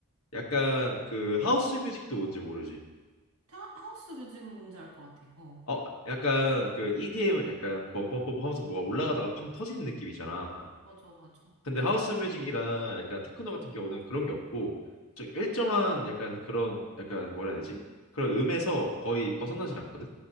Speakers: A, on the left; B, on the right.
A: 약간 그 하우스 뮤직도 뭔지 모르지.
B: 타, 하우스 뮤직은 뭔지 알 것 같아. 어.
A: 어, 약간 그 EDM은 약간 뻔뻔뻔뻔 하면서 뭐가 올라가다가 팡 터지는 느낌이잖아.
B: 맞아, 맞아.
A: 근데 하우스 뮤직이랑 약간 테크노 같은 경우는 그런 게 없고 좀 일정한 약간 그런 약간 뭐라 해야 되지? 그런 음에서 거의 벗어나질 않거든.